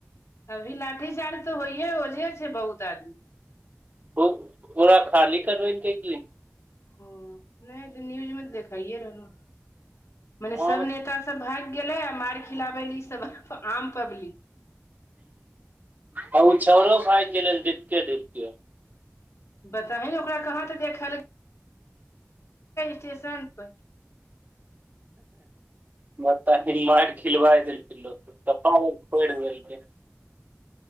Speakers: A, on the left; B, on the right.
A: अभी लाठी चार्ज तऽ होइये ओजे छै बहुत आदमी।
B: ओ पूरा खाली करबैलकै की?
A: ओ नहि त न्यूज में तऽ देखखाइए रहलै हें। मने
B: हँ
A: सभ नेताा सभ भागि गेलै आ मार खिलाबै ल ईसभ आम पब्लिक।
B: ह ओ छौरो भागि गेलै देखते देखते।
A: बताहि ने ओकरा कहाँ त देखल स्टेशन पर।
B: बता ही मार खिलबााय देलकै लोक के कपार और फोरदेलके।